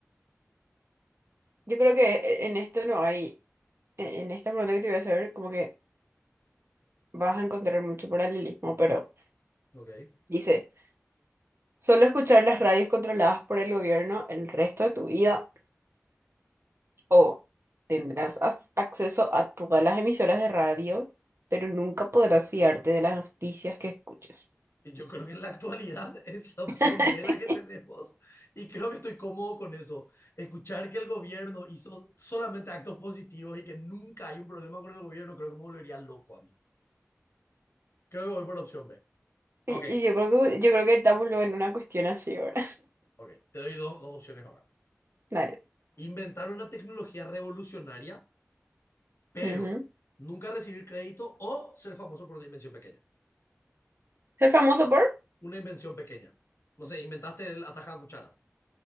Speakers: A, on the right; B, on the left.
A: Yo creo que e- en esto no hay, en en esta pregunta que te voy a hacer, como que vas a encontrar mucho paralelismo, pero
B: Ok.
A: dice, solo escuchar las radios controladas por el gobierno el resto de tu vida o tendrás as- acceso a todas las emisoras de radio, pero nunca podrás fiarte de las noticias que escuches.
B: Y yo creo que en la actualidad <laughs> es la opción
A: <laughs>
B: B la que tenemos y creo que estoy cómodo con eso. Escuchar que el gobierno hizo solamente actos positivos y que nunca hay un problema con el gobierno, creo que me volvería loco a mí. Creo que voy por la opción B.
A: Y,
B: Ok,
A: y yo creo que, yo creo que estamos luego en una cuestión así, ahora
B: ok. Te doy dos, dos opciones ahora.
A: <laughs> Dale.
B: Inventar una tecnología revolucionaria, pero
A: Ujú.
B: nunca recibir crédito o ser famoso por una invención pequeña.
A: Ser famoso por...
B: Una invención pequeña. No sé, inventaste el ataja de cucharas